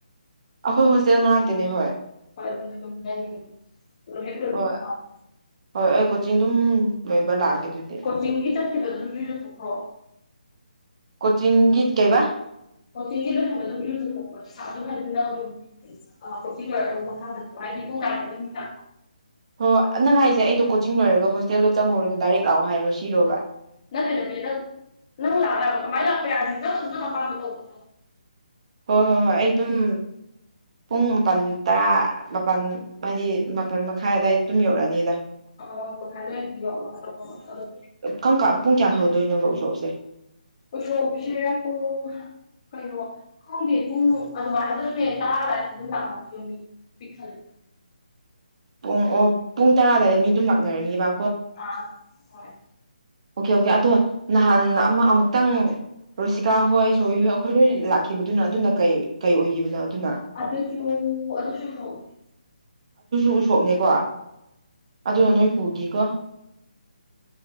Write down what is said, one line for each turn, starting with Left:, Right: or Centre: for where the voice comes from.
Right: ꯑꯩꯈꯣꯏ ꯍꯣꯁꯇꯦꯜ ꯃꯅꯥꯛꯇꯅꯤ ꯍꯣꯏ
Left: ꯄꯦꯏꯔꯕꯅꯤ ꯇꯨ ꯑꯗꯨꯝ ꯂꯩꯔꯝꯃꯒꯤ ꯄꯔꯠ ꯍꯦꯛ ꯔꫭꯏꯕꯒꯥ
Right: ꯍꯣꯏ
Left: ꯂꯦꯛꯑꫭ
Right: ꯍꯣꯏ ꯑꯩ ꯀꯣꯆꯤꯡ ꯑꯗꯨꯝ ꯂꯣꯏꯕ ꯂꯥꯛꯑꯒꯦ ꯑꯗꯨꯗꯤ
Left: ꯀꯆꯤꯡꯒꯤ ꯆꯠꯈꯤꯕꯗꯨꯗꯥ ꯅꫭꯏ ꯔꯥꯏꯅꯥ ꯊꫭꯛꯈꯔꫭ
Right: ꯀꯣꯆꯤꯡꯒꯤ ꯀꯩ ꯍꯥꯏꯕꯥ
Left: ꯀꯣꯆꯤꯡꯒꯤ ꯆꯠꯈꯤꯕꯥꯗ ꯑꯗꯨꯝ ꯏꯔꯨꯖ ꯊꯣꯛꯑꫭ ꯁꯥꯗꯧ ꯔꯩꯂꯥꯃꯤꯅꯥ ꯑꯃꯨꯛ ꯀꫭꯆꯤꯡ ꯂꯣꯏꯔꯒ ꯃꯈꯥꯗ ꯊꫭꯛꯔꯛꯑꫭ ꯍꯥꯏꯗꯤ ꯄꯨꯡ ꯉꯥꯏꯗꯥꯅꯤꯅꯥ
Right: ꯍꯣ ꯍꫭꯏ ꯅꯪ ꯍꯥꯏꯁꯦ ꯑꯩꯗꯣ ꯀꯣꯆꯤꯡ ꯂꯣꯏꯔꯒ ꯍꯣꯁꯇꯦꯜꯗꯣ ꯆꯪꯉꯨꯔꯅꫭ ꯗꯥꯏꯔꯦꯛ ꯂꯥꯛꯑꯣ ꯍꯥꯏꯔꯣ ꯁꯤꯔꯣꯕꯥ꯫
Left: ꯅꯠꯇꯦ ꯅꯠꯇꯦ ꯅꯪ ꯅꯪ ꯂꯥꯛꯄꯥ ꯌꯥꯕ ꯑꯗꯨꯃꯥꯏꯅꯥ ꯅꯪ ꯑꯄꯥꯝꯕꯥ ꯇꯧꯑꫭ
Right: ꯍꯣꯏ ꯍꯣꯏ ꯍꯣꯏꯏ ꯫ꯑꯩ ꯑꯗꯨꯝ ꯄꯨꯡ ꯃꯥꯄꯜ ꯇꯔꯥ ꯃꯥꯄꯜ ꯍꯥꯏꯗꯤ ꯃꯥꯄꯜ ꯃꯈꯥꯏꯗꯗꯤ ꯑꯗꯨꯋꯥꯏꯗ ꯑꯗꯨꯝ ꯌꯧꯔꯛ ꯑꯅꯤꯗꯥ꯫
Left: ꯑꫭꯑꫭ ꯃꯄꯥꯜ ꯃꯈꯥꯏ ꯑꯗꯨꯋꯥꯏ ꯋꯥ ꯌꯧꯔꯛꯑꫭ
Right: ꯀꯝꯀꯥꯟ ꯗ ꯄꯨꯡ ꯀꯌꯥꯗ ꯊꯧꯍꯗꯣꯏꯅꯣꯕꯣ ꯎꯁꫭꯞꯁꯦ
Left: ꯎꯁꫭꯞꯁꯤ ꯄꯨꯡ ꯀꯩꯅꫭ ꯈꯪꯗꯦ ꯄꯨꯡ ꯑꯗꯨꯃꯥꯏꯅ ꯑꯗꯨ ꯅꯦ ꯇꯥ ꯑꯗꯨꯋꯥꯗꯥ ꯑꯗꯨꯝ ꯂꯥꯛꯗꫭꯏ ꯅꯤꯅꯥ ꯄꯤꯛꯈꯠꯂꯦ
Right: ꯄꯨꯡ ꯑꯣ ꯄꯨꯡ ꯇꯔꯥ ꯑꯗꯨꯋꯥꯏꯗ ꯃꯤ ꯑꯗꯨꯝ ꯂꯥꯛꯅꯔꯅꯤ ꯕ
Left: ꯑꯥꯑ ꯍꯣꯏ
Right: ꯑꯣꯀꯦ ꯑꯣꯀꯦ ꯑꯗꯣ ꯅꯍꯥꯟꯅ ꯑꯃ ꯑꯃꯨꯛꯇꯪ꯫ ꯔꯣꯁꯤꯀꯥ ꯍꯣꯏ ꯊꫭꯏ ꯍꯣꯏ ꯑꯩꯈꯣꯏ ꯂꯣꯏ ꯂꯥꯛꯈꯤꯕꯗꯨꯅ ꯑꯗꯨꯅ ꯀꯩ ꯀꯩ ꯑꯣꯏꯈꯤꯕꯅꯣ ꯑꯗꯨꯅꯥ꯫
Left: ꯑꯗꯨꯁꯨ ꯑꯗꯨꯁꯨ ꯐꯥꯎꯅꯤ
Right: ꯎꯁꫭꯞꯅꯦꯀꯣ ꯑꯗꯨꯅ ꯅꯣꯏ ꯄꯨꯈꯤꯀꯣ꯫